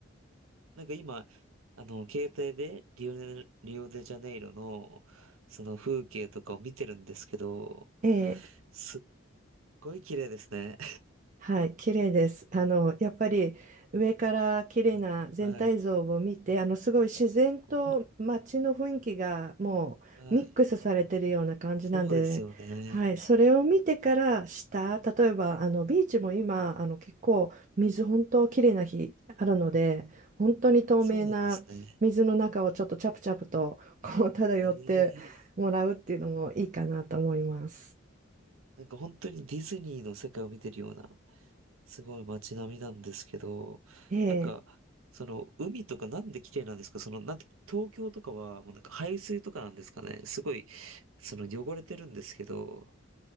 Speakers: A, on the right (about 80°); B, on the right (about 35°).
A: なんか今、あの、携帯でリオネ、リオデジャネイロの、その風景とかを見てるんですけど、
B: ええ
A: すっごい綺麗ですね。
B: はい、綺麗です。あの、やっぱり上から綺麗な全体像を見て、
A: <laughs> はい。
B: あの、すごい自然と街の雰囲気がもうミックスされてるような感じなんで、
A: すっごいはい。そうですよね。
B: はい、それを見てから下、例えばあのビーチも今、あの結構水本当綺麗な日あるので、本当に透明な水の中をちょっとチャプチャプとこう漂ってもらうっていうのもいいかなと思います。
A: そうなんですね。ええなんか本当にディズニーの世界を見てるような、すごい街並みなんですけど、
B: ええ
A: なんか、その海とかなんで綺麗なんですかその、なんて、東京とかはもうなんか排水とかなんですかねすごい、その汚れてるんですけど、